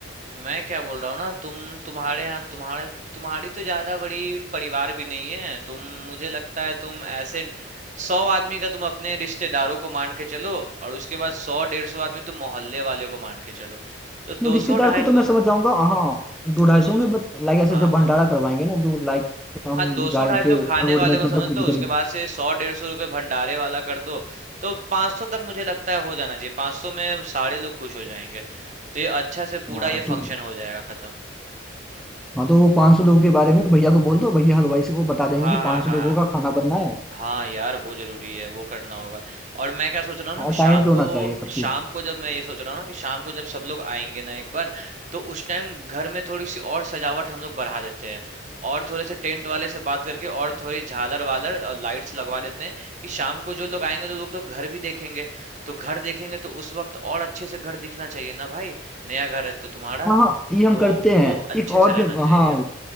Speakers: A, on the right (about 40°); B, in the centre.
A: मैं क्या बोल रहा हूँ ना तुम तुम्हारे यहाँ तुम्हारा तुम्हारी तो ज्यादा बड़ी परिवार भी नहीं है तुम मुझे लगता है तुम ऐसे सौ आदमी का तुम अपने रिश्तेदारों को मान के चलो और उसके बाद सौ डेढ़ सौ आदमी तुम मोहल्ले वाले को मान के चलो तो
B: नहीं,
A: दो
B: रिश्तेदार
A: सौ ढाई
B: को तो मैं
A: सौ
B: समझ जाऊंगा हाँ दो ढाई
A: दो
B: सौ होंगे
A: सौ
B: बट लाइक ऐसे
A: हाँ
B: जो
A: हाँ
B: भंडारा करवाएंगे ना जो लाइक हम
A: हाँ दो
B: जाए
A: सौ ढाई
B: के
A: सौ खाने
B: रोड
A: वाले
B: में
A: को
B: मतलब
A: समझ
B: कुछ
A: लो उसके
B: गरीब
A: बाद से सौ डेढ़ सौ रुपये भंडारे वाला कर दो तो पाँच सौ तक मुझे लगता है हो जाना चाहिए पाँच सौ में सारे लोग खुश हो जाएंगे तो ये अच्छा से
B: हाँ
A: पूरा ये
B: तो
A: फंक्शन हो जाएगा खत्म
B: हाँ तो वो 500 लोगों के बारे में भैया को बोल दो भैया हलवाई से को बता देंगे
A: हाँ
B: कि
A: हाँ
B: 500
A: हाँ
B: लोगों
A: हाँ।
B: का खाना बनना है
A: हाँ यार वो जरूरी है वो करना होगा और मैं क्या सोच रहा हूँ ना
B: और
A: कि शाम
B: टाइम पे होना
A: को
B: चाहिए सब
A: शाम
B: कुछ
A: को जब मैं ये सोच रहा हूँ ना कि शाम को जब सब लोग आएंगे ना एक बार तो उस टाइम घर में थोड़ी सी और सजावट हम लोग बढ़ा देते हैं और थोड़े से टेंट वाले से बात करके और थोड़ी झालर वालर और लाइट्स लगवा देते हैं कि शाम को जो लोग आएंगे तो लोग तो घर भी देखेंगे तो घर देखेंगे तो उस वक्त और अच्छे से घर दिखना चाहिए ना भाई नया घर है तो तुम्हारा
B: हाँ हाँ ये हम
A: तो
B: करते
A: वो
B: हैं
A: अच्छे
B: एक
A: से
B: और
A: रहना
B: भी
A: चाहिए
B: हाँ